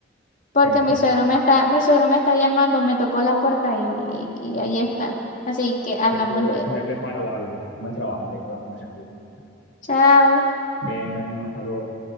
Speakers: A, on the left; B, on the left.
A: Porque
B: Perfecto.
A: mi suegro me está, mi suegro me está llamando, me tocó la puerta y, y y ahí está. Así que hablamos
B: Pues yo voy
A: luego.
B: a ver si me preparo algo, que me ha entrado hambre con la conversación.
A: Chao.
B: Venga, Emma, hasta luego.